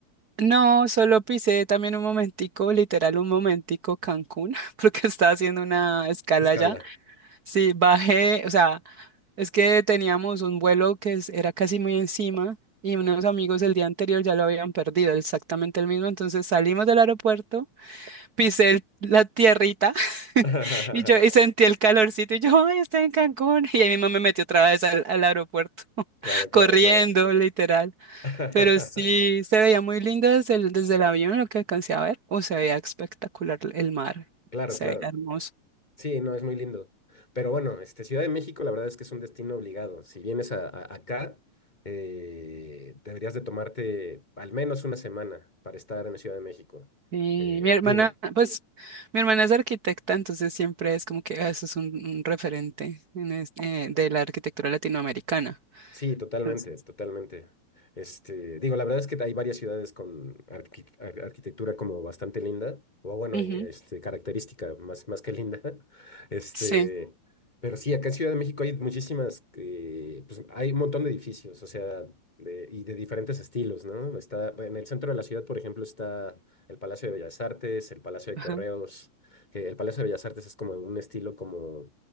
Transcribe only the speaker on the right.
No, solo pisé también un momentico, literal un momentico Cancún, <laughs> porque estaba haciendo una escala
allá. Sí, bajé, o sea, es que teníamos un vuelo que es- era casi muy encima y unos amigos el día anterior ya lo habían perdido, exactamente el mismo. Entonces salimos del aeropuerto, pisé el- la tierrita <laughs>
y yo y sentí el calorcito y yo, ay, estoy en Cancún. <laughs> Y ahí mismo me metí otra vez al, al aeropuerto, <laughs>
corriendo,
literal.
Pero sí, se veía muy lindo desde el, desde el avión lo que alcancé a ver. o se veía espectacular el mar,
se
veía hermoso.
Sí,
mi hermana,
pues mi hermana es arquitecta, entonces siempre es como que ah, eso es un, un referente en este- eh, de la arquitectura latinoamericana.
Entonces,
ujú,
sí,
ajá.